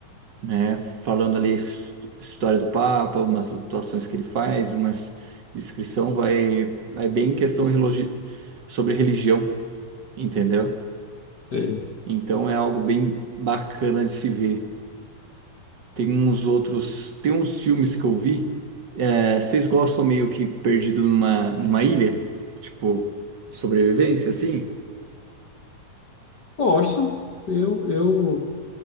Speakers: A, on the right (about 45°); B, on the left (about 45°).
A: né? Falando ali a his- história do Papa, umas atuações que ele faz, umas descrição vai é bem questão relogi- sobre religião, entendeu?
B: Sei.
A: Então é algo bem bacana de se ver. Tem uns outros, tem uns filmes que eu vi. é, vocês gostam meio que perdido numa, numa ilha, tipo sobrevivência, assim?
B: Gosto. Eu, eu